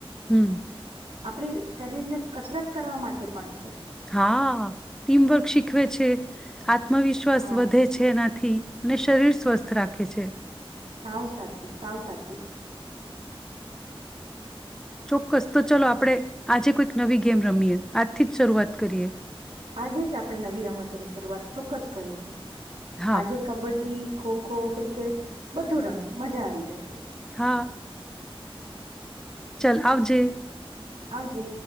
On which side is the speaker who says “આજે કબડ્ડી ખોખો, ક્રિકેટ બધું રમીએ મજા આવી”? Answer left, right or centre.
Right